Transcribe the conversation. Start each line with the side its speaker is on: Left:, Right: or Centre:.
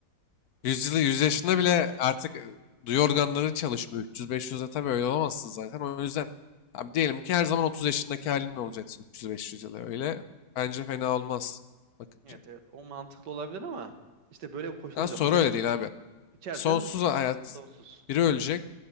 Left: Yüz Yüzyılı, yüz yaşında bile artık e, duyu organları çalışmıyor. 300-500'de tabii öyle olamazsın zaten. O yüzden abi diyelim ki her zaman 30 yaşındaki halinle olacaksın 300-500 yıla öyle. Bence fena olmaz bakınca.
Right: Evet evet o mantıklı olabilir ama işte böyle bir koşulumuz
Left: Daha sonra
Right: yok. Böyle
Left: öyle değil abi.
Right: içersen
Left: Sonsuz hayat.
Right: sonsuz.
Left: Biri ölecek.